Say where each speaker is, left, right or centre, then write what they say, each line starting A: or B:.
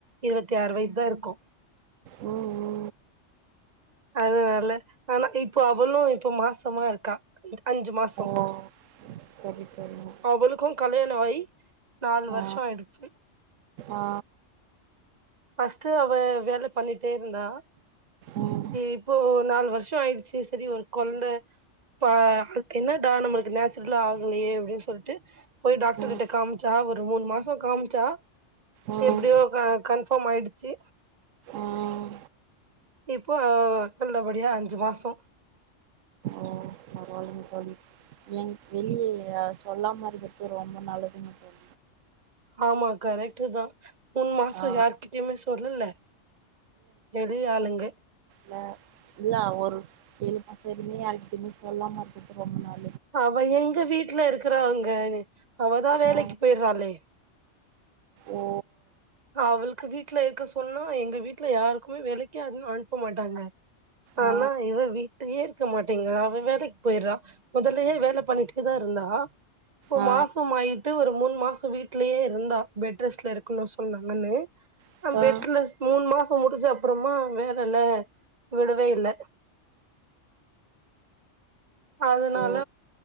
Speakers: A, on the right; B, on the right.
A: இருவத்தி ஆறு வய்ஸ் தா இருக்கு
B: ஓ ஓ
A: அதுனால ஆனா இப்போ அவளு இப்ப மாசமா இருக்கா அஞ்சு மாசோ
B: ஓ சரி சரிங்க
A: அவளுக்கு கல்யாண ஆயி நாலு வருஷோ
B: ஆ
A: ஆயிடுச்சு
B: ஆ
A: ஃபஸ்ட்டு அவ வேல பண்ணிட்டே இருந்தா
B: ம்
A: இப்போ நாலு வருஷோ ஆயிடுச்சு செரி ஒரு கொழந்த பா என்னடா நம்மளுக்கு நேச்சுரலா ஆகலையே அப்டின் சொல்ட்டு போய் டாக்டர்
B: ம்
A: கிட்ட காம்ச்சா ஒரு மூண் மாசோ காம்ச்சா
B: ம்
A: எப்படியோ க கன் ஃபாம் ஆயிடுச்சு
B: ம்
A: இப்போ நல்லபடியா அஞ்சு மாசோ
B: ஒ பரவாலிங்க தோழி எ வெளிய சொல்லாம இருக்கர்த்து ரொம்ப நல்லதுங்க தோழி
A: ஆமா கரெக்ட்டு தா மூண் மாச
B: ஆ
A: யாருகிட்டயுமே சொல்லல வெளி ஆளுங்க
B: ல இல்ல அ ஒரு ஏழு மாசோ வெரிக்குமே யாருகிட்டையுமே சொல்ல மாட் நேத்து ரொம்ப நேர
A: அவ எங்க வீட்ல இருக்கிற அங்க அவதா வேலைக்கு
B: ஆ
A: போய்ட்றாளே
B: ஓ
A: அவளுக்கு வீட்ல இருக்க சொல்லோ எங்க வீட்ல யாருக்குமே வேலைக்கே அ அனுப்ப மாட்டாங்க ஆனா
B: ஆ
A: இவ வீட்டயே இருக்க மாட்டேங்க அவ வேலைக் போய்றா மொதலயே வேல பண்ணிட்டு தா இருந்தா இப்போ
B: ஆ
A: மாசமாயிட்டு ஒரு மூண் மாசோ வீட்லயே இருந்தா பெட் ரெஸ்ட்ல இருக்கணு சொன்னாங்கன்னு
B: அக்கா
A: அ பெட்லஸ் மூணு மாசோ முடிஞ்ச அப்புறமா வேலல்ல விடவே இல்ல அதனால
B: ஓ